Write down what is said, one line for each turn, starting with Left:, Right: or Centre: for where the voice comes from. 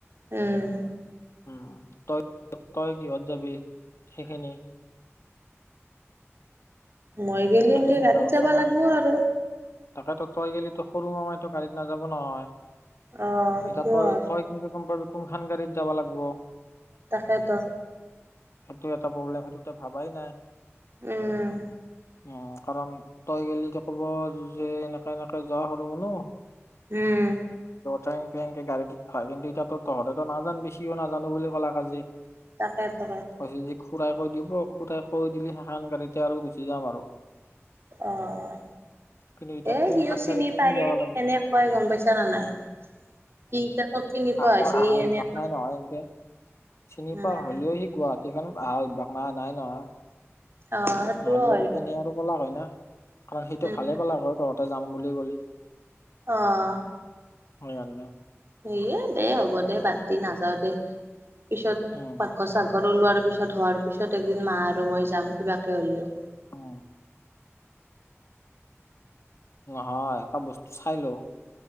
Right: উম!
Left: উম তই তই কিহত যাবি সেইখিনি
Right: মই গেলি
Left: সেইটো
Right: এনকে
Left: চিন্তা
Right: গাড়ীত
Left: কৰছা
Right: যাবা
Left: না?
Right: লাগিব আৰু।
Left: তাকেতো তই গেলি তো সৰু মামাই তো গাড়ীত নাযাব নহয়।
Right: অহ
Left: এতিয়া
Right: সেইটো
Left: তই
Right: হয়
Left: তই কিন্তু গম পাবি কোনখন গাড়ীত যাব লাগিব।
Right: তাকেতো।
Left: সেইটো এটা প্ৰব্লেম সেইটো তই ভাবাই নাই।
Right: উম!
Left: উম! কাৰণ তই গলে ক'ব যে এনেকে এনেকে যোৱা সৰু মুনো
Right: উম!
Left: টেং টেংক গাড়ীত হয় কিন্তু এতিয়াতো তহঁতেটো নাজানিবি সিও নানো বুলি ক'লে আজি
Right: তাকেতো
Left: পাছত যে খুড়ুৰাই কৈ দিব খুডাৰাই কৈ দিলি সেইখন গাড়ীতে আৰু গুচি যাম আৰু।
Right: অহ
Left: কিন্তু এতিয়া
Right: এ
Left: কোনখন
Right: সিও চিনি
Left: গাড়ীত
Right: পায়
Left: কি যাব লাগে
Right: কেনে কয় গম পাইছা নে নাই। কি এতিয়া তোক চিনি পোৱা
Left: আ-
Right: হৈছে
Left: তাৰ আহাৰ
Right: এনে
Left: অভ্যাস নাই নহয় এনকে চিনি
Right: উম
Left: পোৱা হলেও সি গুৱাহাটীখনত অহা অভ্যাস নাই নাই নহয়।
Right: অ সেইটোও
Left: নহ'লে
Right: হয়
Left: আৰু
Right: দেচোন,
Left: এনেই আৰু কলা হয় না। কাৰণ সেইটো
Right: উম
Left: ভালে পালে আকৌ তহঁতি যাম বুলি কলি।
Right: অহ
Left: <unintelligible>
Right: সয়ে দে হ'ব দে বাদ দি নাযাও দে পিছত
Left: উম
Right: পাকাঘত চাকঘত লোৱাৰ পিছত হোৱাৰ পিছত একদিন মাহ আৰু মই যাম কিবাকে হ'লেও
Left: অ হয় এটা বস্তু চাই লৈ